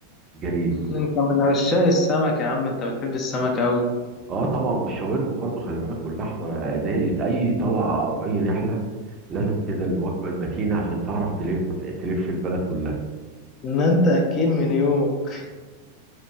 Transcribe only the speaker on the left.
أنت من عشاق السمك يا عم أنت بتحب السمك أوي
ان انت اكيل من يومك